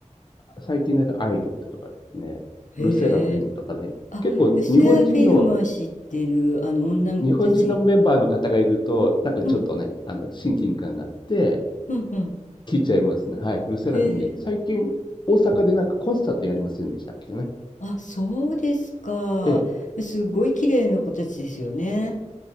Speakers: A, on the left; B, on the left.
A: 最近だとアイリットとかですね。
B: へえ。
A: ルセラフィムとかね。
B: あ、
A: 結構日本人の、
B: ルセアフィルムは知ってる、あの、女の子たち。
A: 日本人のメンバーの方がいると、なんかちょっとね、
B: うん、
A: あの、親近感があって、
B: うん、うん。
A: 聞いちゃいますね。はい。ルセラフィム、
B: へえ。
A: 最近、大阪でなんかコンサートやりませんでしたっけね。
B: あ、そうですか。
A: ええ。
B: すごい綺麗な子たちですよね。